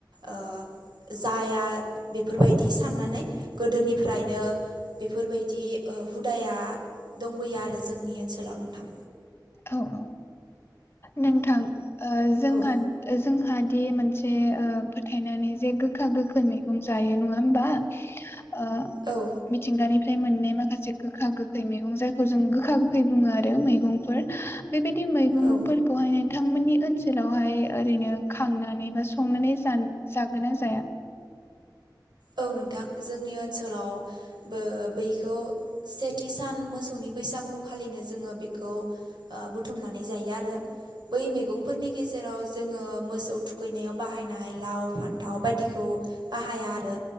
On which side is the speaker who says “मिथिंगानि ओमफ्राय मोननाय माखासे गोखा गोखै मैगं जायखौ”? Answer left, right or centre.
Left